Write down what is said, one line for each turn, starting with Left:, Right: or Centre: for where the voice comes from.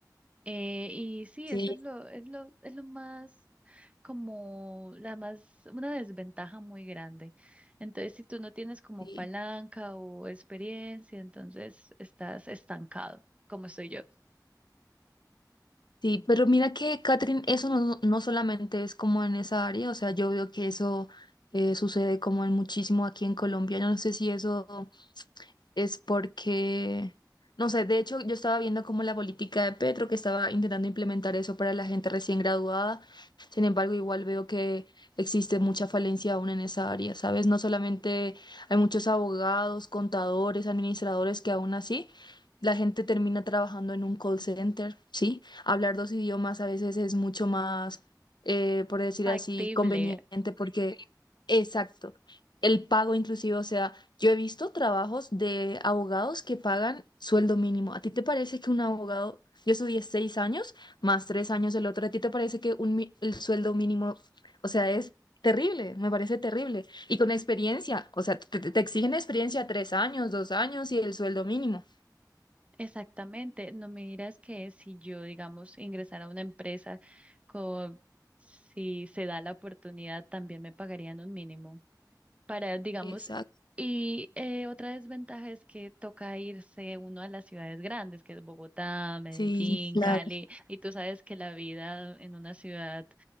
Right: Eh, y sí,
Left: sí,
Right: eso es lo, es lo, es lo más como la más, una desventaja muy grande. Entonces, si tú no tienes como
Left: sí.
Right: palanca o experiencia, entonces estás estancado, como soy yo.
Left: Sí, pero mira que, Catherine, eso no, no solamente es como en esa área, o sea, yo veo que eso eh, sucede como en muchísimo aquí en Colombia. Yo no sé si eso... es porque, no sé, de hecho yo estaba viendo como la política de Petro, que estaba intentando implementar eso para la gente recién graduada, sin embargo igual veo que existe mucha falencia aún en esa área, ¿sabes? No solamente hay muchos abogados, contadores, administradores que aún así... La gente termina trabajando en un call center, ¿sí? Hablar dos idiomas a veces es mucho más, eh, por decir
Right: Factible,
Left: así, conveniente porque, exacto, el pago inclusive, o sea, yo he visto trabajos de abogados que pagan sueldo mínimo. ¿A ti te parece que un abogado, yo estudié seis años más tres años del otro, ¿a ti te parece que un, mi- el sueldo mínimo, o sea, es terrible? Me parece terrible. Y con experiencia, o sea, te, te- te exigen experiencia tres años, dos años y el sueldo mínimo.
Right: exactamente. No me dirás que si yo, digamos, ingresara a una empresa con, si se da la oportunidad, también me pagarían un mínimo. para, digamos,
Left: Exacto,
Right: y eh, otra desventaja es que toca irse uno a las ciudades grandes, que es Bogotá, Medellín,
Left: sí, Claro,
Right: Cali, y tú sabes que la vida en una ciudad